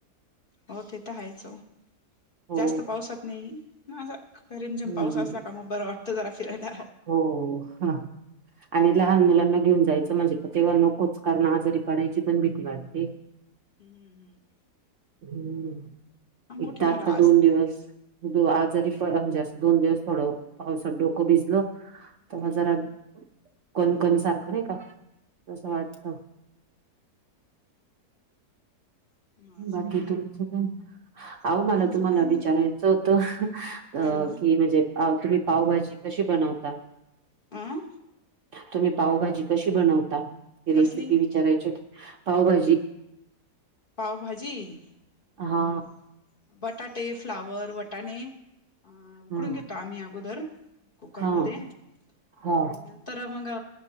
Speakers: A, on the left; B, on the right.
A: हो ते तर आहेच ओ.
B: हो
A: जास्त पावसात नाही, असं रिमझिम
B: हम्म
A: पाऊस असला का, मग बरं वाटतं जरा फिरायला.
B: हो हो हा. आणि लहान मुलांना घेऊन जायचं म्हणजे, तर तेव्हा नकोच कारण आजारी पडायची पण भीती वाटते. <inaudible>
A: हम्म हम हम्म.
B: हम्म.
A: मोठे
B: एक तर
A: मुलं
B: आत्ता
A: आज
B: दोन दिवस त आजारी पडला म्हणजे असं दोन दिवस थोडं पावसात डोकं भिजलं, तेव्हा
A: हम्म
B: जरा कणकण सारखं नाही का? तसं वाटत.
A: हम्म असं
B: बाकी तुमच काय?. अह मला
A: आमचं
B: तुम्हाला
A: काय नाही
B: विचारायचं होतं, अ
A: हॅलो
B: की म्हणजे अ तुम्ही पावभाजी कशी बनवता?
A: अं.
B: तुम्ही पावभाजी कशी बनवता? ही रेसिपी
A: कसली
B: विचारायची होती. पावभाजी
A: पावभाजी.
B: हा
A: अं बटाटे, फ्लावर, वटाणे अ उकडून
B: ह
A: घेतो आम्ही अगोदर, कुकरमध्ये
B: हा हा
A: आणि न तर मग